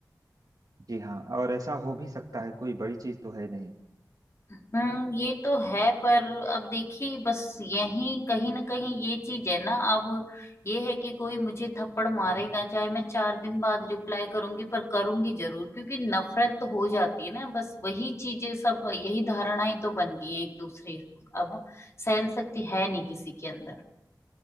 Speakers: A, on the right; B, on the left.
A: जी हाँ और ऐसा हो भी सकता है कोई बड़ी चीज तो है नहीं
B: हम्म ये तो है पर अब देखिए बस यही कहीं ना कहीं ये चीज है ना अब ये है कि कोई मुझे थप्पड़ मारेगा
A: हम्म।
B: चाहे मैं चार दिन बाद रिप्लाई करूंगी पर करूंगी जरूर क्योंकि नफरत तो हो जाती है ना बस वही चीजें सब यही धारणाएं तो बन गई हैं एक दूसरे अब सहन शक्ति है नहीं किसी के अंदर